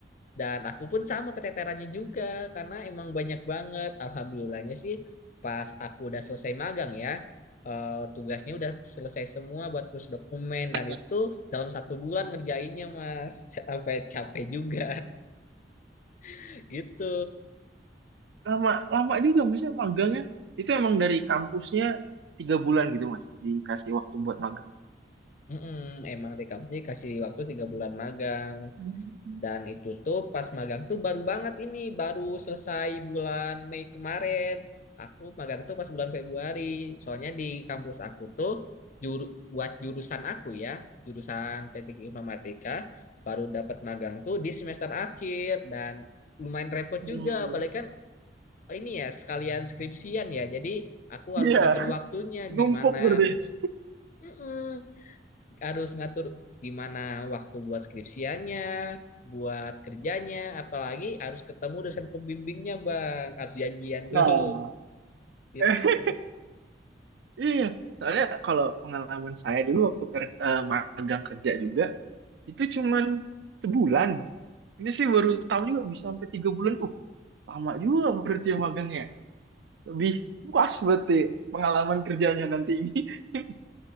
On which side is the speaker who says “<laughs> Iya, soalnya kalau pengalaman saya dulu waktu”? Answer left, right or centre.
Right